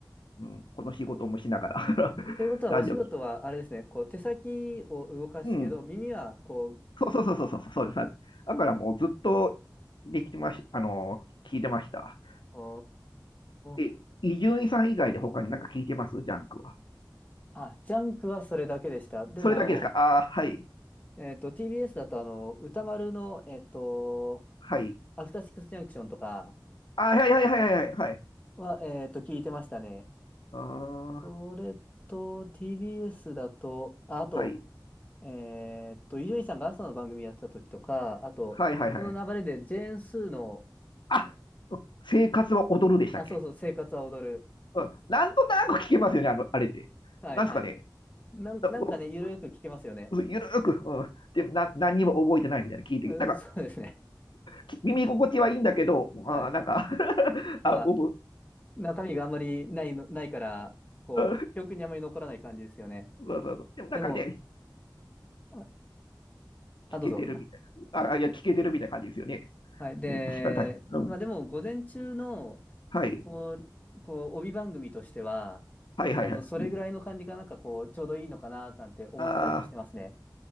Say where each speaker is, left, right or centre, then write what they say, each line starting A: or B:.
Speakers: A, on the left; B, on the left.
A: うん、この仕事もしながら
B: ということは、
A: <laughs> ラジオ聞
B: お仕事はあれですね、こう手先を動かすけど、
A: うん、
B: 耳はこう、かこ
A: そうそうそうそうそう、そうです。そうですだからもうずっとできてまし、あの、聞いてました。
B: う、お
A: え、
B: ー
A: 伊集院さん以外で他になんか聞いてますジャンクは。
B: あ、ジャンクはそれだけでした。でも、
A: それだけですかああー、はい、
B: えっと、TBS だとあの、歌丸の、えっと、
A: はい。
B: アフターシックスジャンクションとか、
A: あーはいはいはいはいはい。はい
B: は、えっと、聞いてましたね。
A: あ
B: それと、TBS だと、あ、あと、
A: はい、
B: えっと、伊集院さんが朝の番組やってた時とか、あと、
A: はいはいはい。
B: その流れで、ジェーン・スーの、
A: あ、生活は踊るでしたっけ
B: あ、そうそう、生活は踊る。
A: うん、なんとなく聞けますよね、あの、あれって。
B: はいはい。
A: なんですかね。
B: なん、
A: だお
B: なんかね、ゆるーく聞けますよね。
A: ゆるーく、うん、でな、何にも覚えてないみたいな聞いて、
B: うんそうですね。
A: なんか、き耳心地はいいんだけど、あーなんか
B: はい。
A: <laughs>
B: まあ、
A: あ、おぼ、う
B: 中身があんまりないの、ないから、こう、
A: ん
B: 記憶にあまり残らない感じですよね。
A: そうそうそう。でもなんかね、
B: でも、あ、あどうぞ。
A: 聞けてるみたいな。あ、あいや、聞けてるみたいな感じですよね。
B: はい。で、
A: うん、確かに確かに。
B: まあでも、
A: うん。
B: 午前中の、
A: はい。
B: こう、こう、帯番組としては、
A: はいはいはい。
B: あの、それぐらいの感じがなんかこう、
A: うん。
B: ちょうどいいのかな、なんて思ったりもしてますね。
A: ああ、